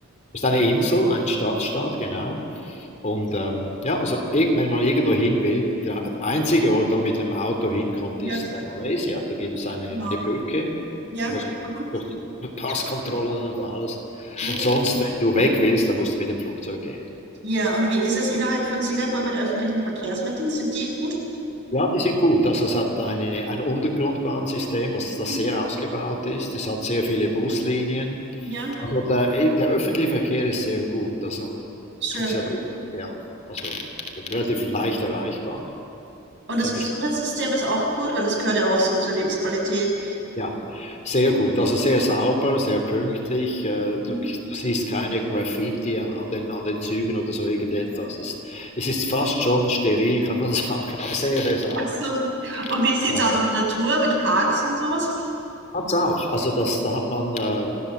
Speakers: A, on the left; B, on the right.
A: ist eine Insel, ein Stadtstaat, genau.
B: Mhm.
A: Und ähm, ja, also i- wenn man irgendwo hin will, der einzige Ort, der mit dem Auto hinkommt,
B: Ja,
A: ist
B: das,
A: äh, Malaysia. Da gibt es eine,
B: genau.
A: eine Brücke,
B: Ja,
A: muss man
B: aha.
A: durch die Passkontrollen und alles.
B: Ja.
A: Und sonst, wenn du weg willst, dann musst du mit dem Flugzeug gehen.
B: Ja, und wie ist es innerhalb von Singapur mit öffentlichen Verkehrsmitteln? Sind die gut?
A: Ja, die sind gut. Also es hat eine, ein Untergrundbahnsystem, was das
B: Mhm.
A: sehr ausgebaut ist. Es hat sehr viele Buslinien.
B: Ja,
A: Also der, eh, der öffentliche Verkehr ist sehr gut. Also,
B: schön.
A: und es hat, ja, also relativ leicht erreichbar.
B: Und das
A: Ziemlich
B: Gesundheitssystem ist auch gut, weil es gehört ja auch so zur Lebensqualität.
A: Ja, sehr gut. Also sehr sauber, sehr pünktlich. äh,
B: Mhm.
A: Du, du siehst keine Graffiti an an den, an den Zügen oder so irgendetwas.
B: Ja.
A: Es, es ist fast schon steril, kann man <laughs> sagen, aber sehr, sehr sauber.
B: Ach so. Und wie sieht's
A: Ja.
B: aus mit Natur, mit Parks und sowas?
A: Hat's auch. Also das, da hat man äh,